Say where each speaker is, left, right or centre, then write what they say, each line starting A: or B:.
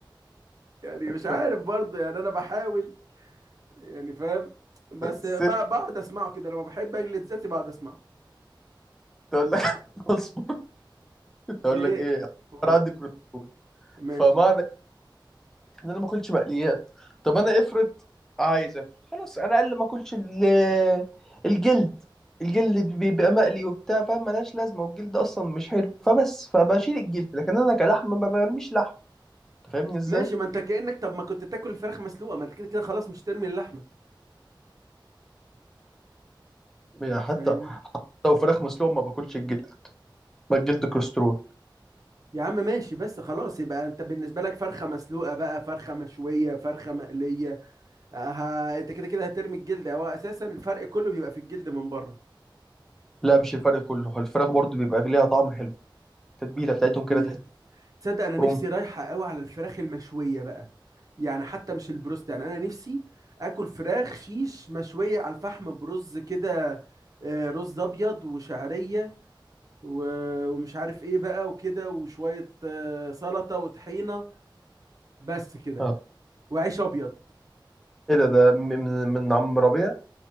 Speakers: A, on the right (about 45°); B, in the centre.
A: يعني
B: <laughs>
A: مش عارف برضه يعني انا بحاول يعني فاهم بس
B: الست
A: ب- بقعد اسمعه كده لما بحب اجلد ذاتي بقعد اسمعه
B: تقول لك <laughs> اصبر تقول
A: ايه
B: لك ايه
A: قول
B: انا عندي كوليسترول
A: ماشي
B: فمعنى ان انا ما اكلش مقليات طب انا افرض عايز اكل خلاص انا اقل ما اكلش ال- الجلد الجلد بيبقى مقلي وبتاع فاهم ملهاش لازمه والجلد اصلا مش حلو فبس فبشيل الجلد لكن انا كلحم ما برميش لحم انت فاهمني ازاي؟
A: ماشي ما انت كأنك طب ما كنت تاكل الفراخ مسلوقة ما انت كده كده خلاص مش ترمي اللحمة
B: يعني حتى
A: فاهمني
B: لو فراخ مسلوقه ما باكلش الجلد ما الجلد كوليسترول
A: يا عم ماشي بس خلاص يبقى انت بالنسبه لك فرخه مسلوقه بقى فرخه مشويه فرخه مقليه آه، ها انت كده كده هترمي الجلد هو اساسا الفرق كله بيبقى في الجلد من بره
B: لا مش الفرق كله هو الفراخ برضو بيبقى ليها طعم حلو التتبيله بتاعتهم
A: تتبيله
B: كده تحس
A: تصدق انا نفسي
B: روم
A: رايحه قوي على الفراخ المشويه بقى يعني حتى مش البروست يعني انا نفسي اكل فراخ شيش مشويه على الفحم برز كده آه، رز ابيض وشعريه و- ومش عارف ايه بقى وكده وشويه آه، سلطه وطحينه بس كده
B: اه
A: وعيش ابيض
B: ايه ده ده من من عم ربيع